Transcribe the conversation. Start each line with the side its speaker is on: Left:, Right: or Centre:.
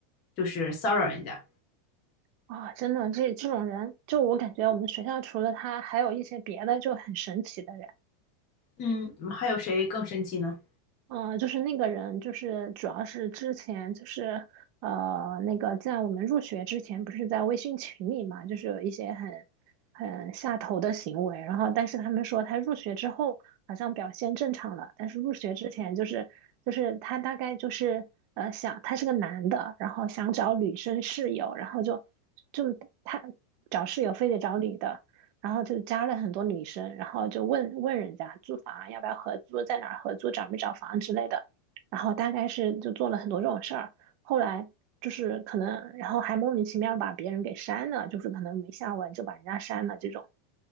Left: 就是骚扰人家。
Right: 啊、真的这这种人，就我感觉我们学校除了他，还有一些别的就很神奇的人。
Left: 嗯，还有谁更生气呢？
Right: 嗯，呃就是那个人，就是主要是之前就是呃，那个在我们入学之前，不是在微信群里嘛，就是有一些很很下头的行为，然后但是他们说他入学之后好像表现正常了，但是入学之前就是就是他大概就是呃想他是个男的，然后想找女生室友，然后就就他找室友非得找女的。然后就加了很多女生，然后就问问人家租房啊要不要合租，在哪儿合租，找没找房之类的，然后大概是就做了很多这种事儿，后来就是可能，然后还莫名其妙把别人给删了，就是可能没下文就把人家删了这种，